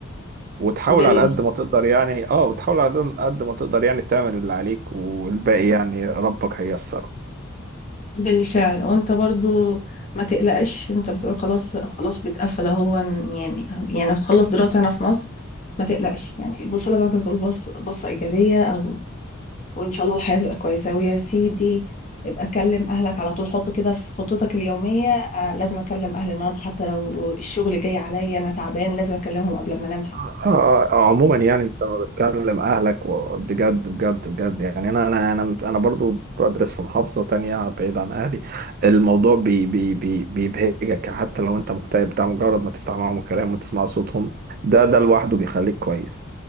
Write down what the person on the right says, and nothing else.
وتحاول
على قد ما تقدر يعني اه وتحاول على قد قد ما تقدر يعني تعمل اللي عليك والباقي يعني ربك هيسره
آه، آه، عموما يعني انت لما بتكلم اهلك و- بجد بجد بجد يعني انا انا انا انا برضو بدرس في محافظه تانية بعيد عن اهلي الموضوع بي بي بي بيبهجك حتى لو انت مكتئب ده مجرد ما تفتح معاهم الكلام وتسمع صوتهم ده ده لوحده بيخليك كويس